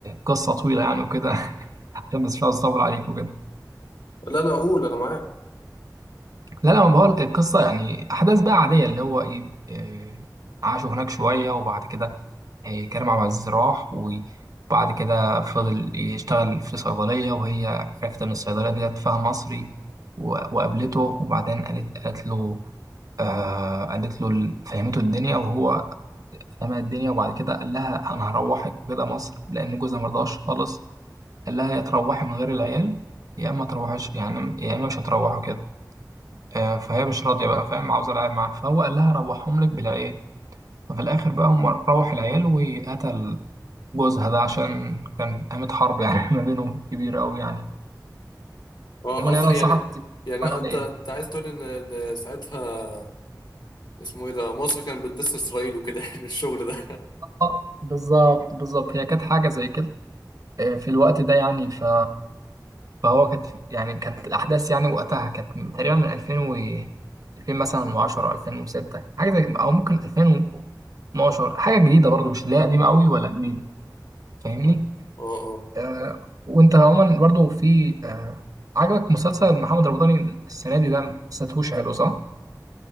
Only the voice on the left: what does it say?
لا لا قول انا معاك
اه
قصدي
يعني
يعني آه،
انت انت عايز تقول ان إن ساعتها اسمه ايه ده مصر كانت بتدس اسرائيل وكده <laughs> يعني الشغل ده
اه اه